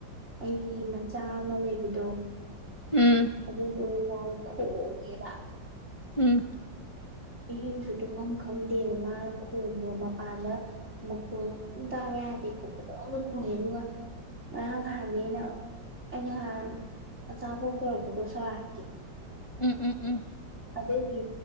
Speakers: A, on the right; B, on the left.
A: ꯑꯩꯒꯤ ꯃꯆꯥ ꯑꯃ ꯂꯩꯕꯗꯣ
B: ꯎꯝ
A: ꯑꯗꯨꯗꯣ ꯂꯥꯎ ꯈꯣꯡꯉꯦꯕ
B: ꯎꯝ
A: ꯑꯍꯤꯡꯁꯨ ꯇꯨꯝꯐꯝ ꯈꯪꯗꯦ ꯃꯥꯅ ꯈꯣꯡꯕꯗ ꯃꯄꯥꯟꯗ ꯃꯈꯨꯣꯟꯗꯣ ꯇꯥꯕ ꯌꯥꯗꯦ ꯄꯪꯈꯣꯡꯗ ꯈꯣꯡꯉꯦ ꯑꯗꯨꯒ ꯉꯔꯥꯡ ꯅꯍꯥꯟꯗꯤ ꯑꯩꯅ ꯑꯩꯅ ꯅꯍꯥꯟ ꯑꯆꯥꯄꯣꯠ ꯄꯨꯔꯛꯄꯗꯣ ꯁꯤꯔꯥꯠꯀꯤ
B: ꯎꯝ ꯎꯝ ꯎꯝ
A: ꯑꯗꯨꯒꯤ